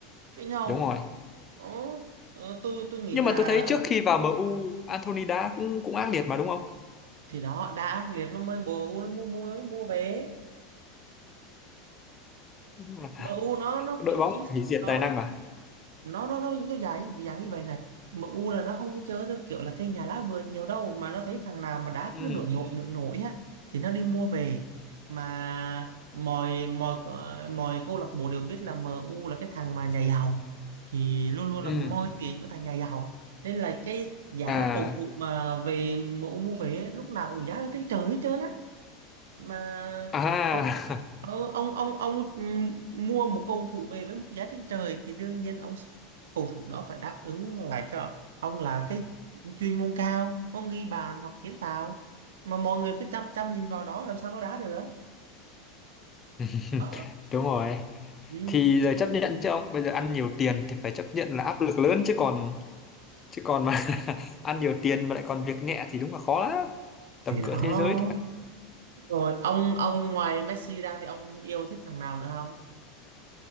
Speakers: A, on the right; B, on the left.
A: cái nhau
B: đúng rồi
A: Ồ, ờ, tôi tôi nghĩ
B: nhưng
A: là
B: mà tôi thấy
A: ờ,
B: trước khi vào MU Anthony đá cũng cũng ác liệt mà đúng không
A: thì đó đã ác liệt nó mới MU nó mua mua mới mua về
B: Đúng là
A: MU <laughs> nó nó
B: đội
A: kiểu
B: bóng
A: chính sách
B: hủy diệt
A: nó
B: tài năng à
A: nó nó nó nó dài như dạng như vậy này MU là nó không có chơi theo kiểu là cây nhà lá vườn nhiều đâu mà nó thấy thằng nào mà đá
B: ừ
A: cứ nổi nổi nổi nổi á thì nó đi mua về mà mọi mọi ờ, mọi câu lạc bộ đều biết là MU là cái thằng mà nhà giàu thì luôn luôn
B: ừ
A: là cái moi tiền của thằng nhà giàu nên là cái giá
B: à
A: cầu thủ mà về MU mua về ấy, lúc nào cũng giá ở trên trời hết trơn á mà
B: à
A: ông ờ, ông ông ông mua một cầu thủ về với một giá trên trời thì đương nhiên ông cầu thủ đó phải đáp ứng lại cho ông là cái chuyên môn cao ông ghi bàn hoặc kiến tạo mà mọi người cứ chăm chăm nhìn vào đó làm sao nó đá được
B: <laughs>
A: Đó.
B: đúng rồi
A: ừ.
B: thì giờ chấp nhận chứ ông bây giờ ăn nhiều tiền thì phải chấp nhận là áp lực lớn chứ còn chứ còn mà <laughs> ăn nhiều tiền mà lại còn việc nhẹ thì đúng là khó lắm tầm
A: thì
B: cỡ
A: đó
B: thế giới thì phải
A: rồi ông ông ngoài Messi ra thì ông yêu thích thằng nào nữa không